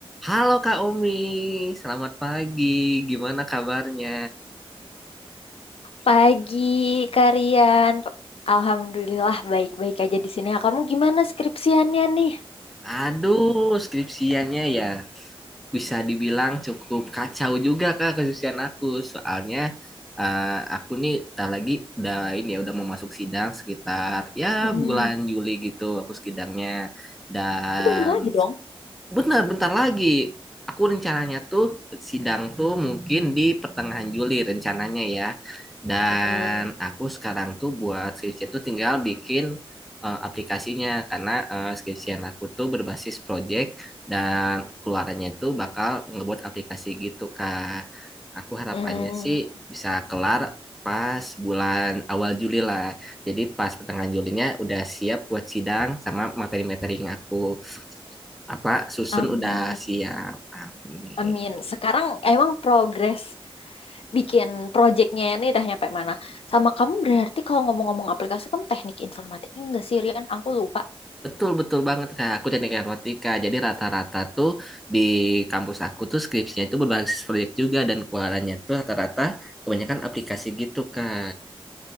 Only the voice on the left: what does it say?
Pagi, Karian. Alhamdulillah baik-baik aja di sini. Ya, kamu gimana skripsiannya nih?
Mm-mm.
Oh, bentar lagi dong.
Mm-mm.
Mm.
Amin.
Amin. Sekarang emang progres bikin proyeknya ini udah nyampe mana? Sama kamu berarti kalau ngomong-ngomong aplikasi, kamu teknik informatiknya enggak sih, Rian? Aku lupa.